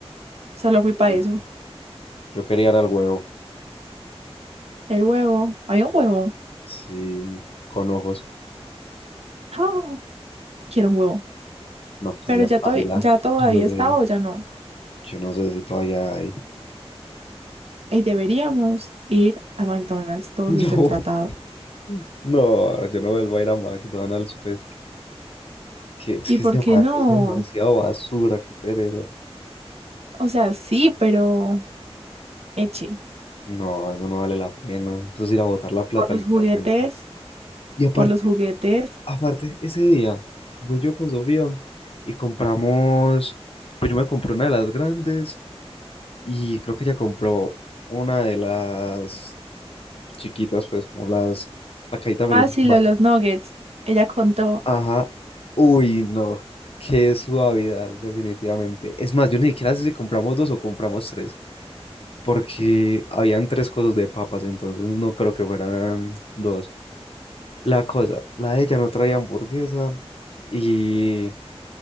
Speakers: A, on the right; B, on the left.
A: solo fui para
B: Sí.
A: eso.
B: Yo quería era el huevo,
A: El huevo, había un huevo,
B: sí, con ojos.
A: ah, quiero un huevo,
B: No, pues
A: pero
B: ya
A: ya,
B: baila.
A: todavía- ya todavía
B: Yo no
A: está
B: sé,
A: o ya no.
B: yo no sé si todavía hay.
A: Y deberíamos ir a McDonald's todos
B: <laughs>
A: los del tratado.
B: No, no, yo no vuelvo a ir a McDonald's, pues. Que, es
A: ¿Y
B: que
A: por
B: es, dema-
A: qué no?
B: es demasiado basura, qué pereza.
A: O sea, sí, pero eche,
B: No, eso no vale la pena. Eso es ir a botar la plata,
A: por los
B: literalmente.
A: juguetes,
B: Y aparte,
A: por los juguetes.
B: aparte, ese día voy yo con Sofía y compramos. Pues yo me compré una de las grandes y creo que ella compró una de las chiquitas, pues como las, la cajita
A: Ah,
B: feliz. del
A: sí,
B: mar.
A: lo de los nuggets. Ella contó.
B: Ajá. Uy, no. Qué suavidad, definitivamente. Es más, yo ni siquiera sé si compramos dos o compramos tres, porque habían tres cosas de papas, entonces no creo que fueran dos. La cosa, la de ella no traía hamburguesa y,